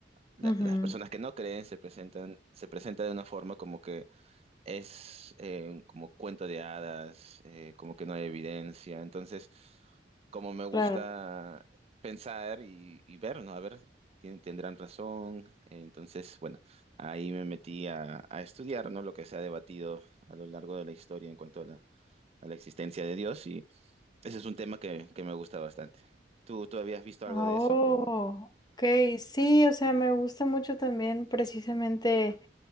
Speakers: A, on the right (about 35°); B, on the left (about 25°).
A: la-
B: Ujú,
A: las personas que no creen se presentan, se presenta de una forma como que es eh, como cuento de hadas, eh, como que no hay evidencia. Entonces, como me gusta
B: Claro.
A: pensar y, y ver, ¿no? A ver, tien- tendrán razón. Entonces, bueno, ahí me metí a, a estudiar, ¿no? Lo que se ha debatido a lo largo de la historia en cuanto a la, a la existencia de Dios y ese es un tema que, que me gusta bastante. ¿Tú, tú habías visto
B: Ah,
A: algo de
B: Oh,
A: eso? o?
B: ok, sí, o sea, me gusta mucho también precisamente,